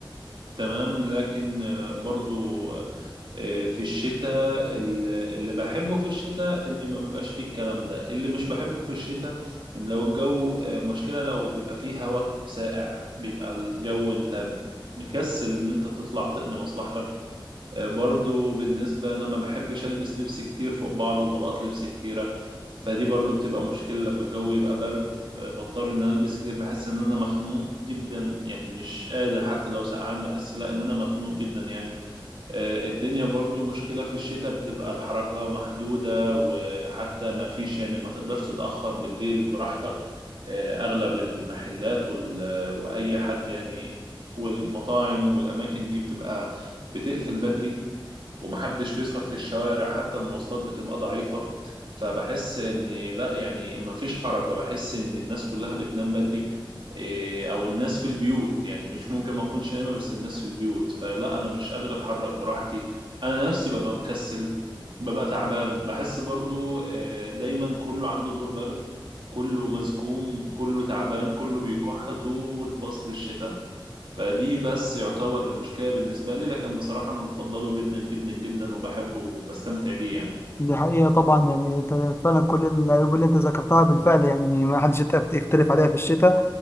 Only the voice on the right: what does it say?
تمام لكن آه، برضو آه، في الشتاء ال- اللي بحبه في الشتاء ان ما بيبقاش فيه الكلام ده اللي مش بحبه في الشتاء ان لو الجو آه، مشكلة لو بيبقى فيه هواء ساقع بيبقى الجو انت مكسل ان انت تطلع تقضي مصلحتك آه، برضو بالنسبة أنا ما بحبش ألبس لبس كتير فوق بعضه وطبقات لبس كتيرة فدي برضو بتبقى مشكلة لما الجو يبقى برد آه، بضطر إن أنا ألبس كتير بحس إن أنا مخنوق جدا يعني مش قادر حتى لو سقعان بحس لا إن أنا مخنوق جدا يعني آه، الدنيا برضو مشكلة في الشتاء بتبقى الحركة محدودة وحتى ما فيش يعني ما تقدرش تتأخر بالليل براحتك آه، أغلب المحلات وال- وأي حد يعني والمطاعم والأماكن دي بتبقى بتقفل بدري ومحدش بيسهر في الشوارع حتى المواصلات بتبقى ضعيفة فبحس ان لا يعني مفيش حركة بحس ان الناس كلها بتنام بدري إيه، او الناس في البيوت يعني مش ممكن ما اكونش نايمة بس الناس في البيوت فلا انا مش قادر اتحرك براحتي انا نفسي ببقى مكسل ببقى تعبان بحس برضو آه، دايما كله عنده دور برد كله مزكوم كله تعبان كله بيكح طول فصل الشتاء فدي بس يعتبر المشكلة بالنسبة لي لكن بصراحة أنا بفضله جدا جدا جدا وبحبه وبستمتع بيه يعني